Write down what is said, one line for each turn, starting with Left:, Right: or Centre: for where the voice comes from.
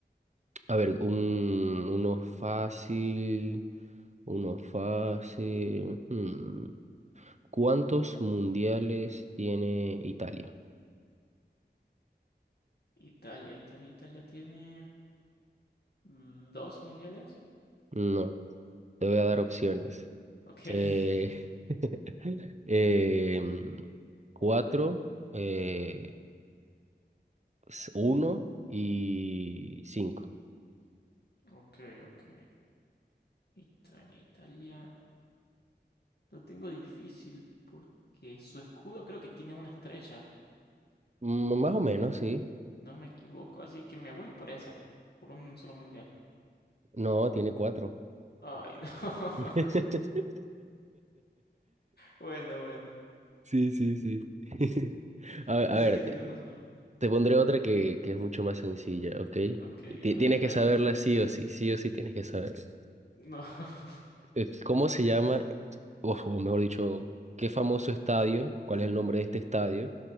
Right: A ver, un, uno fácil, uno fácil. hmm. ¿Cuántos mundiales tiene Italia?
Left: Italia, Italia, Italia tiene mm, dos mundiales.
Right: No, te voy a dar opciones.
Left: Ok. <laughs>
Right: Eh, <laughs> em, cuatro, eh, s- uno y cinco.
Left: Ok, ok. Italia, Italia. Lo tengo difícil porque su escudo creo que tiene una estrella.
Right: Mm, más o menos, sí.
Left: No me equivoco, así que me voy por esa. Por un solo mundial.
Right: No, tiene cuatro.
Left: Ay, no. <laughs>
Right: <laughs>
Left: Bueno, bueno.
Right: Sí, sí, sí. <laughs> A, a
Left: Pensé
Right: ver,
Left: que tenía
Right: te-
Left: uno solo.
Right: Te pondré otra que, que es mucho más sencilla, ¿ok?
Left: Ok,
Right: Ti-
Left: a ver,
Right: Tienes
Left: espero.
Right: que saberla sí o sí, sí o sí tienes que saberla.
Left: No. <laughs>
Right: Eh, ¿Cómo se llama, o, o mejor dicho, qué famoso estadio, cuál es el nombre de este estadio,